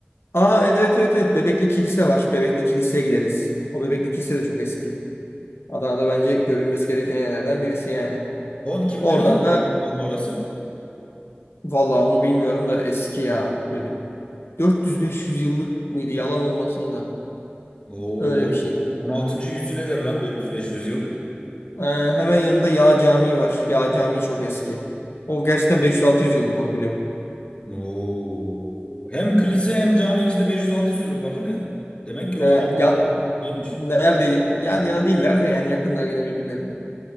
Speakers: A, on the left (about 80°); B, on the left (about 30°).
A: Aa evet evet evet Bebekli Kilise var. Bebekli Kilise'ye gideriz. O Bebekli Kilise de çok eski. Adana'da bence görülmesi gereken yerlerden birisi yani.
B: O kimlerin
A: Oradan
B: zamanı
A: da
B: bakalım orası?
A: vallahi onu bilmiyorum da eski ya. Böyle bir 400-500 yıllık mıydı yalan olmasın da.
B: Oo,
A: Öyle bir şey.
B: 16. yüzyıl eder lan 400-500 yıl.
A: Ee, hemen yanında Yağ Camii var. Yağ Camii çok eski. O gerçekten 500-600 yıllık onu biliyorum.
B: Oo. Hem kilise hem cami ikisi de 500-600 yıllık bak hele. Demek ki o
A: Ee,
B: zaman
A: ya,
B: neymiş?
A: Nerede? Yan yana değiller de yani yakınlar yine birbirlerine.